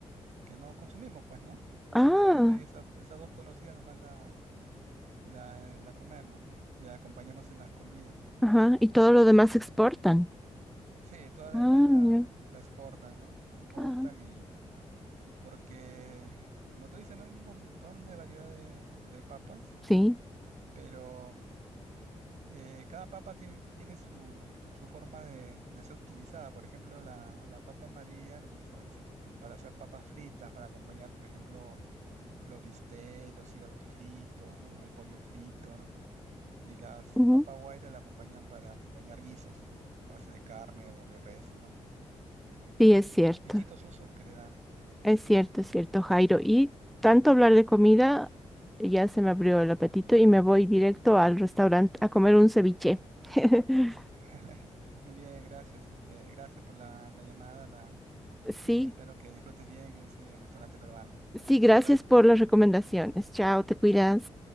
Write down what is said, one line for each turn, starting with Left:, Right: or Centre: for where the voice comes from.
Right: que no consumimos, pues, ¿no?
Centre: Ah,
Right: Solamente hay esas, esas dos conocidas nomás la, la, eh, la comemos, ¿no? Y la acompañamos en las comidas.
Centre: ajá, y todo lo demás exportan.
Right: Sí, todas las
Centre: Ah,
Right: demás la,
Centre: ya,
Right: la exportan, ¿no? La exportan
Centre: ajá,
Right: y porque, como tú dices, ¿no? Hay un montón de variedad de, de papas,
Centre: sí,
Right: pero Eh, cada papa tiene, tiene su, su forma de, de ser utilizada. Por ejemplo, la, la papa María la utilizan s- para hacer papas fritas, para acompañar, por ejemplo, los bistecs, los hígados fritos, ¿no? El pollo frito, ¿no? Y las
Centre: ujú.
Right: papas guaira la acompañan para acompañar guisos, a base de carne o de res, ¿no? Son
Centre: Sí, es cierto,
Right: distintos usos que le dan.
Centre: es cierto, es cierto, Jairo. Y tanto hablar de comida, ya se me abrió el apetito y me voy directo al restaurante a comer un ceviche. <laughs>
Right: <laughs> Muy bien, gracias. Este, gracias por la, la llamada la,
Centre: Sí,
Right: y espero que disfrutes bien ese restaurante peruano.
Centre: Sí, gracias
Right: Nos vemos.
Centre: por las recomendaciones. Chao, te cuidas.